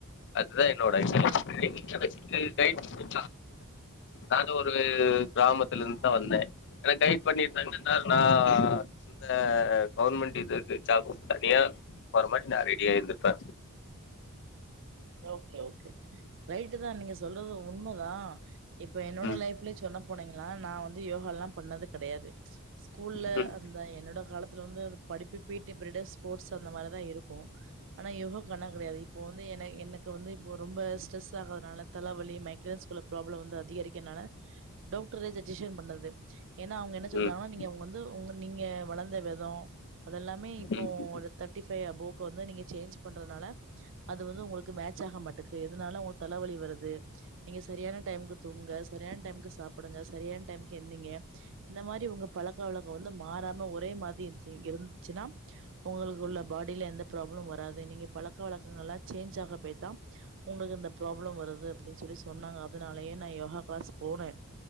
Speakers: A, on the left; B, on the right.
A: அதுதா என்னோட எக்ஸ்பர்ட் பீலிங் எனக்கு நா ஒரு கிராமத்து இருந்து தா வந்தே என்ன கைட் பண்ணிருந்தாங்கன்னா நா இந்த கவர்மெண்ட் இது இருக்கு நா தனியா வர மாட்டி நா ரெடியாருந்துருப்பே
B: ஓகே ஓகே ரைட்டு தான் நீங்க சொல்றது உண்மா நா இப்ப என்னோட
A: ம்
B: லைஃப்ல சொன்ன போனீங்கனா நா வந்து யோகா எல்லா பண்ணது கெடையாது ஸ்கூல்ல
A: ம்
B: அந்த என்னோட காலத்துல வந்து படிப்பு பீட்டி பீரிடு ஸ்போர்ட்ஸ் அந்த மாரிதா இருக்கும் ஆனாயோகாண்ணா கெடையாது இப்போ வந்து என எனக்கு வந்து இப்போ ரொம்ப ஸ்ட்ரஸ் ஆகுறதுனால தல தலவலி மைக்ரோஸ்கூல்ல ப்ராப்ளம் வந்து அதிகரிக்கனால டாக்ட்ரே சஜஷன் பண்ணது ஏனா அவங்க என்ன சொல்றாங்கன்னா
A: ம்
B: நீங்கங்க வந்து நீங்க வளந்த விதோ இதோ அதெல்லாமே இப்போ
A: ம் ம்
B: ஒரு தேர்டி ஃபவ் அபொவுக்கு வந்து நீங்க சேஞ்ச் பண்றதுனால அது வந்து உங்களு இதாகமட்டுக்கு இதனால ஓ தலைவலி வருது நீங்க சரியான டைம்க்கு தூங்க சரியான டைம்க்கு சாப்புடுங்க சரியான டைம்க்கு ஏந்திங்க இந்த மாரி உங்க பழக்கவழக்க வந்து மாறாம ஒரே மாரிஇந் இருந்துச்சுன்னா உங்களுக்கு உள்ள பாடியில எந்த ப்ராப்ளமு வராது நீங்க பழக்க வழக்கங்கலெல்லா சேஞ்சாக மேத்தா உங்களுக்கு அந்த ப்ராப்ளம் வருது அப்புடின்னு சொல்லி சொன்னாங்க அது நாளய நா யோகா கிளாஸ் போனேன்